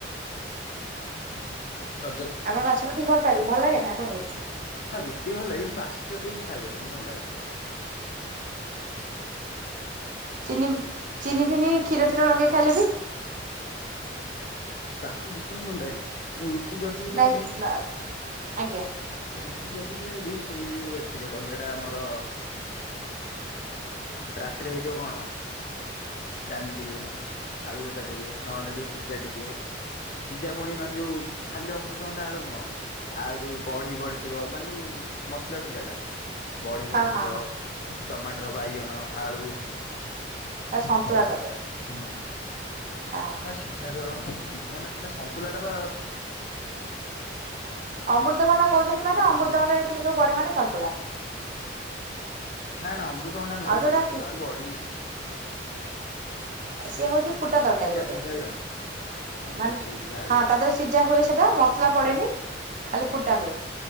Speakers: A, on the left (about 45°); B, on the right (about 45°).
A: <unintelligible> ନା
B: ଆପଣ ବାସି ରୁଟି ଭଲ ପାଇଲେ ଭଲ ଲାଗେନି ଆପଣଙ୍କୁ
A: ରୁଟି ଭଲ୍ ଲାଗେ, ବାସି ରୁଟି ମୁଁ ଖାଇ ପାରିବିନି, ଭଲ୍ ଲାଗେନି
B: ଚିନି ଚିନି ଫିନି କ୍ଷୀର ଫିର ଲଗେଇ ଖାଇଲେ ବି
A: ବାସି ରୁଟି ହିଁ ଭଲ୍ ଲାଗେନି। ମୁଁ ରୁଟି ଯଦି
B: <inaudible>
A: ବି ଖାଇବି ରୁଟି ଯଦି ବି ଖାଇବି, ସେଇ ଯଉ ଏଥିରେ ହେଟା ଆମର ରାତିରେ ହେଇଥିବ କ'ଣ ଡ଼ାଲି ଟିକେ ଆଳୁ ଭର୍ତ୍ତା ଟିକେ ନହନେ ଟିକେ ସିଜା ଟିକେ। ସିଜା ପୁଣି ମାନ୍‌ ଯଉ ଖାଲି ଅମୃତଭଣ୍ଡା ଆଳୁ ନୁହଁ। ଆ ଯଉ ବଢ଼ି ପଡ଼ିଥିବ, ମାନେ ଯଉ ମସ୍‌ଲା ସିଜା ଟା ବଢ଼ି
B: ହଁ
A: ପଡ୍‌ଥିବ।
B: ହଁ ହଁ
A: ଟମାଟ୍ର, ବାଇଗଣ, ଆଳୁ।
B: ସନ୍ତୁଳା
A: ଟିକେ
B: କୁହାଯାଏ।
A: ହୁଁ,
B: ହଁ।
A: ନା ସିଝା ତ ସିଝା ନା ସନ୍ତୁଲା ଟା <inaudible>
B: ଅ--ତ ଭଣ୍ଡା କହୁଚନ୍ତି ମାନେ,
A: ଅମୃତଭଣ୍ଡା
B: ଅ--ତ ଭଣ୍ଡାରେ ଏତିକ ସବୁ ପଡ଼େ ମାନେ ସନ୍ତୁଳା।
A: <unintelligible>
B: ଆଉ ଯୋଉଟା ସିଏ ହଉଚି ଫୁଟା ତର୍କାରୀ
A: ସିଝା
B: ଗୋଟେ।
A: ସିଝା ଗୁରା ହଁ ସି
B: ମାନେ
A: ସି ଯାହା
B: ହଁ
A: ଯୋଉ
B: ତା ସିଜା ହୁଏ ସେଟା, ମସ୍‌ଲା ପଡ଼େନି ଖାଲି ଫୁଟା ହୁଏ।